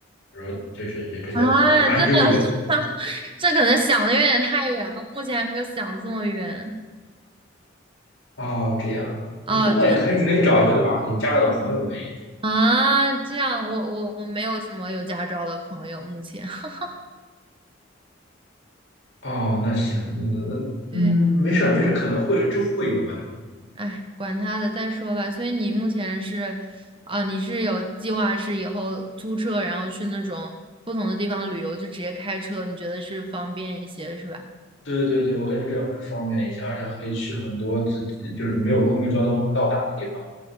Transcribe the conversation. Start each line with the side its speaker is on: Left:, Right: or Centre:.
Left: 比如说这是也这些苦寒之地。
Right: 啊，真的，<laughs> 这可能想的有点太远了，目前还没有想这么远。
Left: 哦，这样。
Right: 啊，
Left: 不过也可以，
Right: 就
Left: 你可以找一个对吧？有驾照的朋友可以。
Right: 啊，这样，我我我没有什么有驾照的朋友，目前。<laughs>
Left: 哦，那行，那那嗯，
Right: 对。
Left: 没事儿没事儿，可能会之后会有嘛。
Right: 哎，管他的，再说吧。所以你目前是，啊，你是有计划是以后租车，然后去那种不同的地方旅游，就直接开车，你觉得是方便一些，是吧？
Left: 对对对，我感觉这样会方便一些，而且可以去很多自己就是没有公共交通到达的地方，